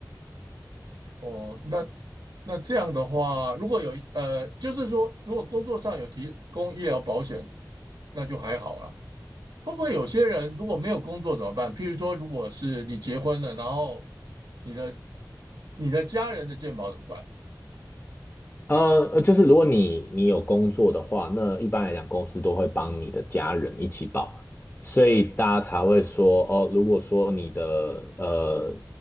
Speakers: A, on the right; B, on the left.
A: 哦，那那这样的话，如果有呃，就是说，如果工作上有提供医疗保险，那就还好啦。会不会有些人如果没有工作怎么办？譬如说，如果是你结婚了，然后你的你的家人的健保怎么办？
B: 呃，呃就是如果你你有工作的话，那一般来讲，公司都会帮你的家人一起保，所以大家才会说，哦，如果说你的呃